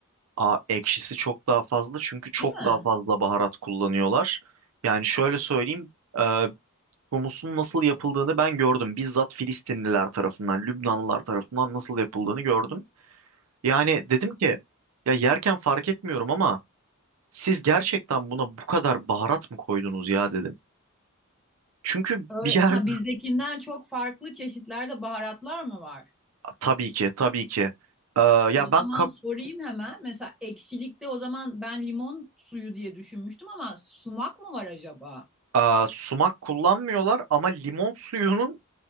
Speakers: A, on the right (about 90°); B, in the centre.
A: Aa, ekşisi çok daha fazla çünkü çok
B: değil mi?
A: daha fazla baharat kullanıyorlar. Yani şöyle söyleyeyim, e, humusun nasıl yapıldığını ben gördüm. Bizzat Filistinliler tarafından, Lübnanlılar tarafından nasıl yapıldığını gördüm. Yani dedim ki ya yerken fark etmiyorum ama Siz gerçekten buna bu kadar baharat mı koydunuz ya dedim. Çünkü
B: Öyle.
A: bir yer
B: Ha bizdekinden çok farklı çeşitlerde baharatlar mı var?
A: <laughs> tabii ki tabii ki. Ee, ya
B: O
A: ben
B: zaman
A: kak-
B: sorayım hemen. Mesela ekşilikte o zaman ben limon suyu diye düşünmüştüm ama sumak mı var acaba?
A: Aa, sumak kullanmıyorlar ama limon suyunun